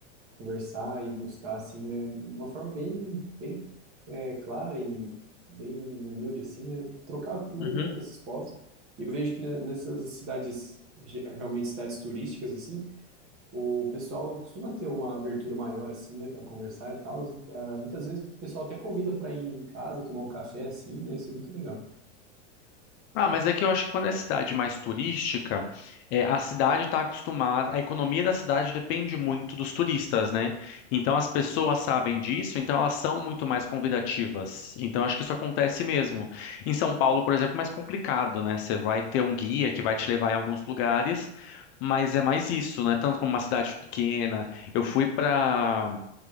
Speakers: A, on the right (about 35°); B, on the left (about 35°).
A: conversar e buscar, assim, né? Uma forma bem, bem é, clara e bem humilde, assim, né? Trocar uma
B: uhum.
A: ideia com esses povos. E eu vejo que né, nessas cidades, ge- realmente cidades turísticas, assim, o pessoal costuma ter uma abertura maior, assim, né, para conversar e tal. Ah, muitas vezes o pessoal até convida para ir em casa tomar um café, assim, né? Isso é muito legal.
B: Ah, mas é que eu acho que quando é cidade mais turística, é, a cidade está acostumada, a economia da cidade depende muito dos turistas, né? Então as pessoas sabem disso, então elas são muito mais convidativas. Então acho que isso acontece mesmo. Em São Paulo, por exemplo, é mais complicado, né? Você vai ter um guia que vai te levar em alguns lugares, mas é mais isso, né? Tanto como uma cidade pequena. Eu fui para